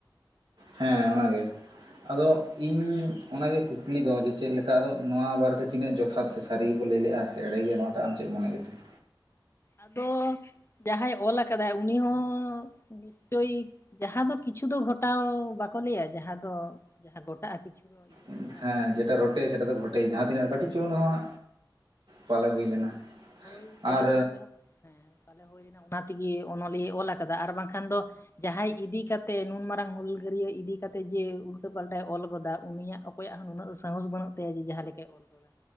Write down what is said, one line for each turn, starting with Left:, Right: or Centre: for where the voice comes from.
Right: ᱦᱮᱸ ᱚᱱᱟᱜᱮ᱾ ᱟᱫᱚ ᱤᱧ ᱚᱱᱟᱜᱮ ᱠᱩᱠᱞᱤ ᱫᱚ ᱡᱮ ᱪᱮᱫ ᱞᱮᱠᱟ ᱟᱫᱚ ᱱᱚᱣᱟ ᱵᱟᱨᱮᱛᱮ ᱛᱤᱱᱟᱹᱜ ᱡᱚᱯ- ᱛᱷᱟᱛ ᱥᱮ ᱥᱟᱹᱨᱤ ᱜᱮᱠᱚ ᱞᱟᱹᱭ ᱞᱮᱜ-ᱟ, ᱥᱮ ᱮᱲᱮ ᱜᱮ, ᱱᱚᱣᱟ ᱴᱟᱜ ᱟᱢ ᱪᱮᱜ ᱮᱢ ᱢᱚᱱᱮᱭᱮᱜ ᱜᱮ ᱛᱟᱦᱮᱸ?
Left: ᱟᱫᱚ ᱡᱟᱦᱟᱸᱭ ᱚᱞ ᱟᱠᱟᱫᱟᱭ, ᱩᱱᱤ ᱦᱚᱸ ᱱᱤᱥᱪᱚᱭ ᱡᱟᱦᱟ ᱫᱚ ᱠᱤᱪᱷᱩ ᱫᱚ ᱜᱷᱚᱴᱟᱣ ᱵᱟᱠᱚ ᱞᱟᱹᱭᱼᱟ, ᱡᱟᱦᱟ ᱫᱚ ᱡᱟᱦᱟ ᱜᱷᱚᱴᱟᱜ-ᱟ ᱠᱤᱪᱷᱩ? ᱫᱚ ᱤᱭᱟᱹᱜ
Right: ᱩᱸᱻᱦᱮᱸ
Left: ᱜᱮᱭᱟ ᱵᱟᱝ
Right: ᱡᱮ ᱴᱟ ᱨᱚᱴᱮ, ᱥᱮ ᱴᱟ ᱛᱚ ᱜᱷᱚᱴᱮ, ᱡᱟᱦᱟᱸ ᱛᱤᱱᱟᱹᱜ,
Left: ᱦᱳᱭ
Right: ᱠᱟᱹᱴᱤᱡ ᱪᱩᱞᱩᱝ
Left: ᱦᱳᱭ
Right: ᱨᱮ ᱦᱚᱸ ᱪᱟᱣᱞᱮ ᱩᱭ ᱞᱮᱱᱟ᱾
Left: ᱦᱳᱭ ᱠᱟᱹᱴᱤᱡ
Right: ᱟᱨ
Left: ᱪᱩᱞᱩᱝ ᱨᱮᱦᱚᱸᱵ, ᱦᱮᱸ ᱯᱟᱞᱮ ᱦᱩᱭ ᱞᱮᱱᱟ? ᱚᱱᱟ ᱛᱤᱜᱮ ᱚᱱᱚᱞᱤᱭᱟᱹᱭ ᱚᱞ ᱟᱠᱟᱫᱟ ᱟᱨ ᱵᱟᱝᱠᱷᱟᱱ ᱫᱚ, ᱡᱟᱦᱟᱸᱭ ᱤᱫᱤ ᱠᱟᱛᱮ ᱱᱩᱱ ᱢᱟᱨᱟᱝ ᱦᱩᱞ ᱜᱟᱹᱨᱤᱭᱟᱹ ᱤᱫᱤ ᱠᱟᱛᱮ, ᱡᱮ ᱩᱞᱴᱟᱹ ᱯᱟᱞᱴᱟᱭ ᱚᱞ ᱜᱚᱫᱟ, ᱩᱱᱤᱭᱟᱜ ᱚᱠ ᱚᱠᱚᱭᱟᱜ ᱦᱚᱸ ᱱᱩᱱᱟᱹᱜ ᱫᱚ ᱥᱟᱦᱚᱸᱥ ᱵᱟᱹᱱᱩᱜ ᱛᱟᱭᱟ, ᱡᱮ ᱡᱟᱦᱟᱸ ᱞᱮᱠᱟᱭ ᱚᱞ ᱠᱟᱫᱟ᱿